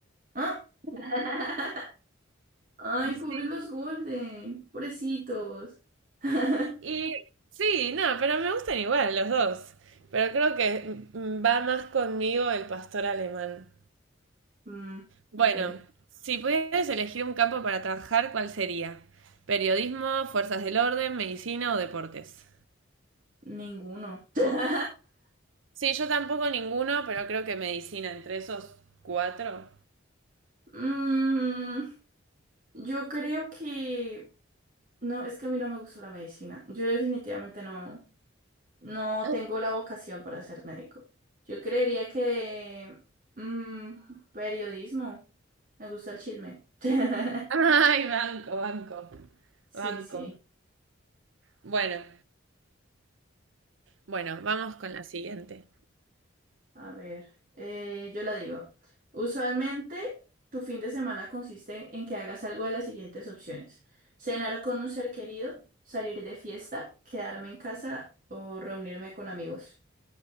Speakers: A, on the right; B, on the right.
A: ¿Ah? <laughs> Ay, pobres
B: Sí.
A: los Golden, pobrecitos. <laughs>
B: Y sí, no, pero me gustan igual los dos. Pero creo que mm, va más conmigo el pastor alemán.
A: Mm,
B: Bueno,
A: ok,
B: si pudieras elegir un campo para trabajar, ¿cuál sería? ¿Periodismo, fuerzas del orden, medicina o deportes?
A: ninguno. <laughs>
B: Sí, yo tampoco ninguno, pero creo que medicina entre esos cuatro.
A: Mm, yo creo que... No, es que a mí no me gusta la medicina. Yo definitivamente no, no
B: <laughs>
A: tengo la vocación para ser médico. Yo creería que... mm, periodismo. Me gusta el chisme. <laughs>
B: Ay, banco, banco,
A: Sí,
B: banco.
A: sí.
B: Bueno, bueno, vamos con la siguiente.
A: A ver, eh, yo la digo. Usualmente, tu fin de semana consiste en que hagas algo de las siguientes opciones. Cenar con un ser querido, salir de fiesta, quedarme en casa o reunirme con amigos.